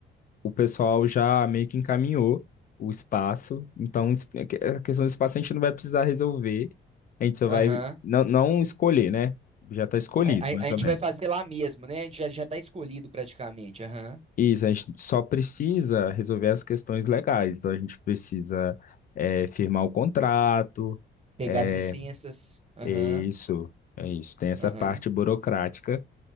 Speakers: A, on the left (about 45°); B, on the right (about 30°).
A: o pessoal já meio que encaminhou o espaço. Então, es- a que- é a questão do espaço a gente não vai precisar resolver. A gente só
B: Aham.
A: vai não, não escolher, né? Já está escolhido,
B: A, a-
A: mais
B: a gente
A: ou menos.
B: vai fazer lá mesmo, né? A gente já, já tá escolhido praticamente, aham.
A: Isso, a gente só precisa resolver as questões legais. Então, a gente precisa é, firmar o contrato.
B: Pegar
A: É,
B: as licenças, aham,
A: é isso, é isso. Tem essa
B: aham.
A: parte burocrática.